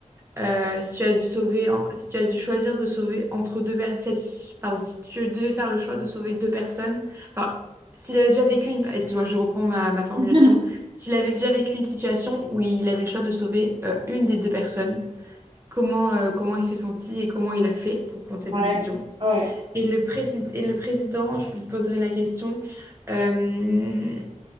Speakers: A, on the right (about 20°); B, on the right (about 40°).
A: euh, si tu as dû sauver, en- si tu as dû choisir de sauver entre deux personnes, si, pardon, si tu devais faire le choix de sauver deux personnes, enfin, s'il avait déjà vécu une, excuse-moi, je reprends ma, ma formulation,
B: <laughs>
A: s'il avait déjà vécu une situation où il avait le choix de sauver euh, une des deux personnes, comment, euh, comment il s'est senti et comment il a fait pour prendre cette
B: Ouais.
A: décision?
B: Ouais.
A: Et le prési- et le président, je lui poserai la question, euh,